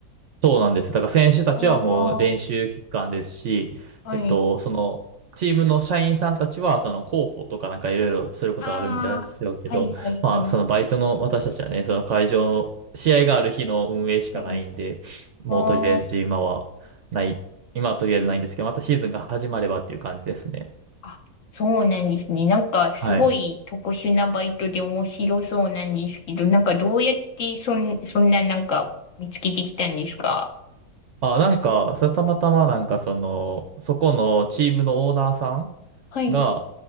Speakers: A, on the right; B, on the left.
A: そうなんです。だから選手たちはもう練習期間ですし、
B: ああ、はい。
A: えっと、その、チームの社員さんたちは、その広報とかなんかいろいろすることがあるんですよけど、
B: ああ、はいはいはい。
A: まあ、そのバイトの私たちはね、その会場、試合がある日の運営しかないんで、
B: はい。
A: もうとりあえず今はない、
B: ああ、
A: 今はとりあえずないんですけど、
B: いい
A: またシーズンが始まればっていう感じですね。
B: あ、そうなんですね。なんかすごい特殊なバイトで面白そうなんですけど、
A: はい。
B: なんかどうやってそん、そんななんか見つけてきたんですか
A: あ、なんか、それたまたまなんかその、そこのチームのオーナーさん
B: はい、
A: が、